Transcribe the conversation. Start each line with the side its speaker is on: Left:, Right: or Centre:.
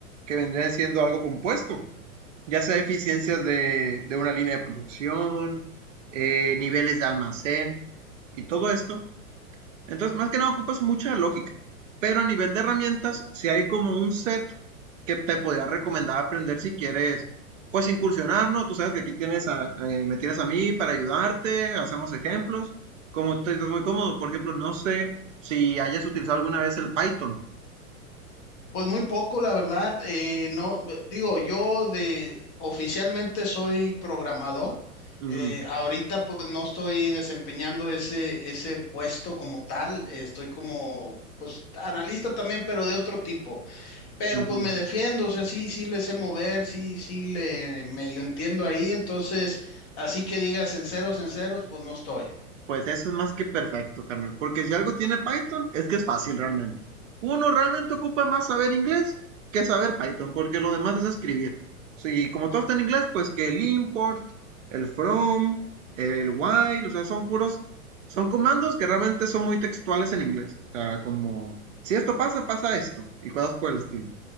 Right: que vendría siendo algo compuesto ya sea eficiencias de, de una línea de producción, eh, niveles de almacén y todo esto. Entonces, más que nada ocupas mucha lógica. Pero a nivel de herramientas, si hay como un set que te podría recomendar aprender si quieres, pues incursionar, ¿no? Tú sabes que aquí tienes a- eh, me tienes a mí para ayudarte, hacemos ejemplos. Como tú te sientes muy cómodo, por ejemplo, no sé si hayas utilizado alguna vez el Python.
Left: Pues muy poco, la verdad. eh, no, b- digo, yo de oficialmente soy programador.
Right: Ujú,
Left: eh, ahorita pues no estoy desempeñando ese, ese puesto como tal. eh, estoy como pues analista también, pero de otro tipo. Pero
Right: ujú.
Left: pues me defiendo, o sea, sí, sí le sé mover, sí, sí le medio entiendo ahí, entonces, así que digas en ceros, en ceros, pues no estoy.
Right: Pues eso es más que perfecto, carnal. Porque si algo tiene Python, es que es fácil realmente. Uno realmente ocupa más saber inglés que saber Python, porque lo demás es escribir. Y como todo está en inglés, pues que el import, el from, el while, o sea, son puros, son comandos que realmente son muy textuales en inglés. O sea, como, si esto pasa, pasa esto, y cosas por el estilo.